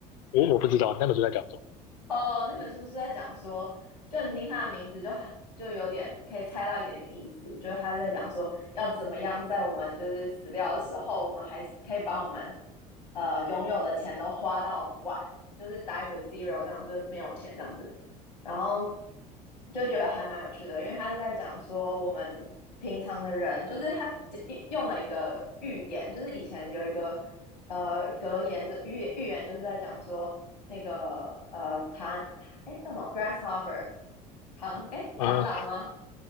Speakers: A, on the left; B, on the left.
A: 我我不知道你那本书在讲什么。
B: 哦，那本书是在讲说，就你听它的名字就很就有点可以猜到一点点意思，就是他在讲说要怎么样在我们就是死掉的时候，我们还是可以把我们呃拥有的钱都花到完，就是 die with zero 这样，就是没有钱这样子。然后就觉得还蛮有趣的，因为他是在讲说我们平常的人，就是他用了一个寓言，就是以前有一个呃格言就寓言预言就是在讲说那个呃螳哎叫什么 grasshopper 螳哎螳螂吗？
A: 啊